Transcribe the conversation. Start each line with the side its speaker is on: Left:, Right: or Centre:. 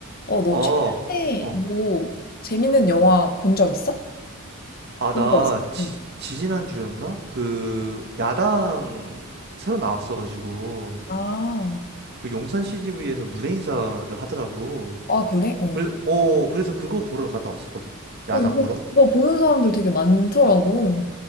Left: 어, 너
Right: 어,
Left: 최근에
Right: 어.
Left: 뭐 재밌는 영화 본 적 있어?
Right: 아,
Left: 본
Right: 나
Left: 거 있어.
Right: 지,
Left: 응.
Right: 지지난주였나? 그 야당 새로 나왔어가지고
Left: 아,
Right: 그 용산 CGV에서 무대 인사를 하더라고.
Left: 아 그래? 어.
Right: 그래서 어, 그래서 그거 보러 갔다 왔었거든? 야당
Left: 어, 요새
Right: 보러?
Left: 그거 보는 사람들 되게 많더라고.